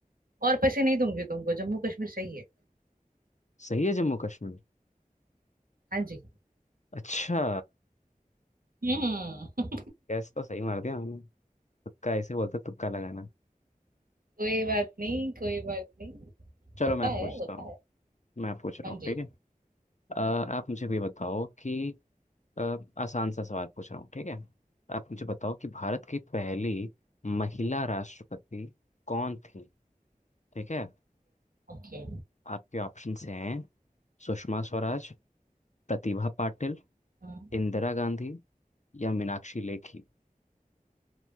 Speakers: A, on the right (about 75°); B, on the left (about 55°).
A: और पैसे नहीं दूंगी तुमको जम्मू कश्मीर सही है
B: सही है जम्मू कश्मीर
A: हाँ जी
B: अच्छा
A: हम्म
B: गैस तो सही मार दिया हमने तुक्का ऐसे बोलते हैं, तुक्का लगाना
A: <laughs> कोई बात नहीं कोई बात नहीं
B: चलो
A: होता
B: मैं
A: है
B: पूछता
A: होता
B: हूँ
A: है
B: मैं पूछ रहा
A: हाँ
B: हूँ
A: जी
B: ठीक है अ, आप मुझे भी बताओ कि अ, आसान सा सवाल पूछ रहा हूँ ठीक है आप मुझे बताओ कि भारत की पहली महिला राष्ट्रपति कौन थी ठीक है
A: ओके
B: आपके ऑप्शंस हैं सुषमा स्वराज प्रतिभा पाटिल
A: हाँ
B: इंदिरा गांधी या मीनाक्षी लेखी